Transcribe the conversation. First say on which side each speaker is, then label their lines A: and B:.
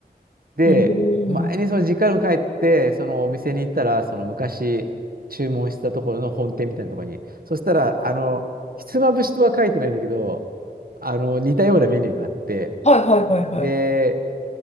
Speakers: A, on the right (about 60°); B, on the left (about 40°).
A: う。で、
B: うーん。
A: 前にその実家にも帰って、そのお店に行ったら、その昔注文したところの本店みたいなところに、そしたら、あの、ひつまぶしとは書いてないんだけど、あの、似たようなメニューがあって、
B: はいはいはいはい。
A: で、